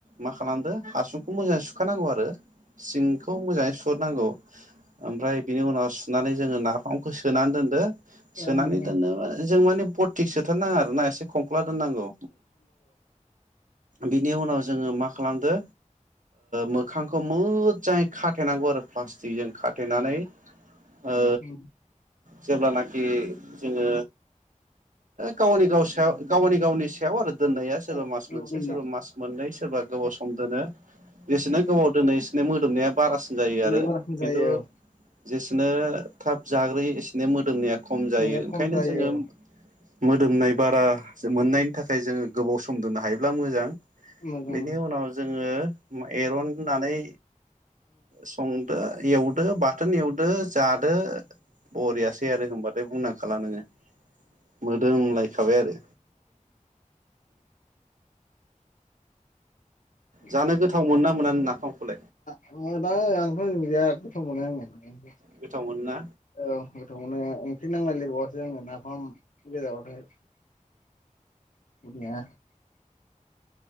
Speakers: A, on the right; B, on the left.
A: मा खालामदो हासुंखौ मोजाङै सुखानांगौ आरो सिंखौ मोजाङै सुहरनांगौ। ओमफ्राय बिनि उनाव सुनानै जोङो नाफामखौ सोनानै दोनदो
B: खालामनांगौ
A: सोनानै दोनोबा जों माने बरटिक सोथार नाङा आरोना एसे खंख्ला दोननांगौ बिनि उनाव जोङो मा खालामदो मोखांखौ मोजाङै खाथेनांगौ आरो प्लाटिक जि जों खाथेनानै ओ
B: औ।
A: जेब्लानाखि जोङो गावनि गाव सायाव गावनि गावनि सायाव आरो। दोननाया सोरबा
B: औ
A: मास
B: लुबैनाया
A: मोनसे सोरबा मास मोननै सोरबा गोबाव सम दोनो बेसोनो गोबाव दोनो एसेनो मोदोमनाया बारासिन जायो आरो
B: बारा खम
A: खिन्थु
B: जायो औ
A: जेसेबांनो थाब जाग्रोयो एसेनो मोदोमनाया खम जायो
B: मोजां
A: ओंखायनो
B: खम जायो
A: जोङो
B: औ
A: मोदोमनाय बारा मोननायनि थाखाय जोङो गोबाव सम दोननो हायोब्ला मोजां।
B: मोजां
A: बेनि उनाव जोङो एरननानै संदो एवदो बाथोन एवदो दो जादो बरियासै आरो होनबाथाय बुंनांखाला नोङो मोदोमलायखाबाय आरो।
B: <unintelligible>
A: जानो गोथाव मोनोना मोना नाफामखौलाय
B: समावनो आङो औ गोथावमोनो
A: गोथाव मोनोना
B: ओंख्रि नांलायलायबावासै आंनो नाफाम <unintelligible> <inaudible>